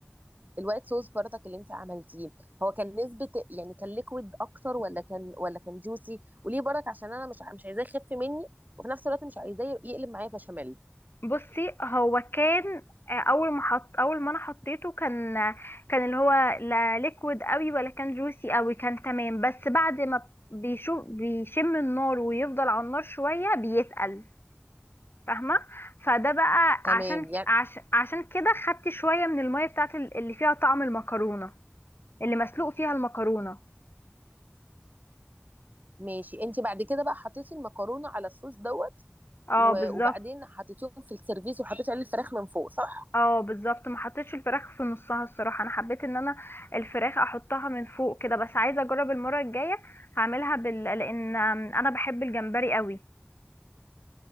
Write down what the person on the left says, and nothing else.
بصي هو كان آه، اول ما حط اول ما انا حطيته كان آه، كان اللي هو لا ليكويد قوي ولا كان جوسي قوي كان تمام بس بعد ما بيشوف بيشم النار ويفضل على النار شويه بيتقل فاهمه فده بقى
عشان
عشان عشان كده خدت شويه من الميه بتاعت ال- اللي فيها طعم المكرونه اللي مسلوق فيها المكرونه
اه
بالظبط
اه بالظبط ما حطيتش الفراخ في نصها الصراحه انا حبيت ان انا الفراخ احطها من فوق كده بس عايزه اجرب المره الجايه هعملها بال... لان انا بحب الجمبري قوي